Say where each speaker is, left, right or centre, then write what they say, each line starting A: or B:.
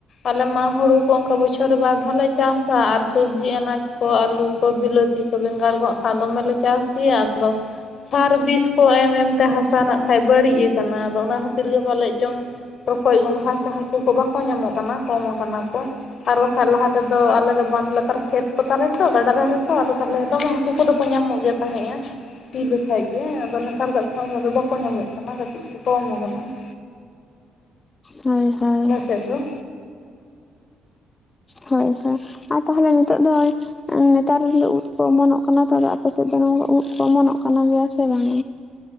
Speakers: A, on the left; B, on the left.
A: ᱟᱞᱮ ᱢᱟ ᱦᱳᱲᱩ ᱠᱚ ᱚᱱᱠᱟ ᱵᱚᱪᱷᱚᱨ ᱵᱟᱨ ᱫᱷᱟᱣ ᱞᱮ ᱪᱟᱥᱟ ᱟᱨ ᱥᱚᱵᱽᱡᱤ ᱟᱱᱟᱡ ᱠᱚ, ᱟᱹᱞᱩ ᱠᱚ, ᱵᱤᱞᱟᱹᱛᱤ ᱵᱮᱸᱜᱟᱲ ᱠᱚ ᱦᱟᱸᱜ ᱠᱷᱟᱱ ᱫᱚᱢᱮ ᱞᱮ ᱪᱟᱥ ᱜᱮᱭᱟ, ᱟᱫᱚ ᱥᱟᱨ ᱵᱤᱥ ᱠᱚ ᱮᱢ ᱮᱢ ᱛᱮ ᱦᱟᱥ ᱦᱟᱥᱟ ᱱᱟᱜᱼ ᱠᱷᱟᱡ ᱵᱟᱹᱲᱤᱡᱽ ᱠᱟᱱᱟ, ᱟᱫᱚ ᱚᱱᱟ ᱠᱷᱟᱹᱛᱤᱨ ᱜᱮ ᱯᱟᱞᱮᱫ ᱪᱚᱝ ᱨᱚᱠᱚᱡᱽ ᱜᱚᱝᱜᱷᱟ ᱥᱮ ᱦᱟᱹᱠᱩ ᱠᱚ ᱵᱟᱠᱚ ᱧᱟᱢᱚᱜ ᱠᱟᱱᱟ ᱠᱚᱢ ᱟᱠᱟᱱᱟ ᱠᱚ ᱾ ᱟᱨ ᱵᱟᱠᱷᱟᱡ ᱞᱟᱦᱟ ᱛᱮᱫᱚ ᱟᱞᱮ ᱫᱚ ᱵᱟᱱᱫᱽ ᱞᱟᱛᱟᱨ ᱠᱷᱮᱛ ᱠᱚ ᱛᱟᱞᱮ ᱛᱚ ᱜᱟᱰᱟ ᱫᱷᱟᱨᱮ ᱠᱚ ᱟᱫᱚ ᱛᱟᱦᱚᱞᱮ ᱫᱚᱢᱮ ᱦᱟ ᱦᱟᱠᱩ ᱫᱚ ᱠᱚ ᱧᱟᱢᱚᱜ ᱜᱮ ᱛᱟᱦᱮᱸᱜᱼᱟ ᱥᱤ ᱞᱮᱠᱟᱡ ᱜᱮ ᱟᱫᱚ ᱱᱮᱛᱟᱨ ᱫᱚ ᱦᱟᱸᱜ ᱠᱷᱟᱡ ᱩᱱᱟᱹᱜ ᱫᱚ ᱵᱟ ᱠᱚ ᱧᱟᱢᱚᱜ ᱠᱟᱱᱟ ᱠᱟᱹᱴᱤᱡ ᱠᱚ ᱠᱚᱢ ᱠᱟᱱᱟ ᱾
B: ᱦᱳᱭ ᱦᱳᱭ ᱾
A: <unintelligible> ᱫᱚ ᱾
B: ᱦᱳᱭ ᱦᱳᱭ, ᱟᱨ ᱛᱟᱦᱚᱞᱮ ᱱᱤᱛᱚᱜ ᱫᱚ ᱱᱮᱛᱟᱨ ᱫᱤᱱ ᱫᱚ ᱩᱫ ᱠᱚ ᱚᱢᱚᱱᱚᱜ ᱠᱟᱱᱟ ᱛᱚ ᱟᱫᱚ ᱟᱯᱮ ᱥᱮᱫ ᱫᱚ ᱱᱚᱣᱟ ᱩᱫ ᱠᱚ ᱚᱢᱚᱱᱚᱜ ᱠᱟᱱᱟ ᱜᱮᱭᱟ ᱥᱮ ᱵᱟᱝ?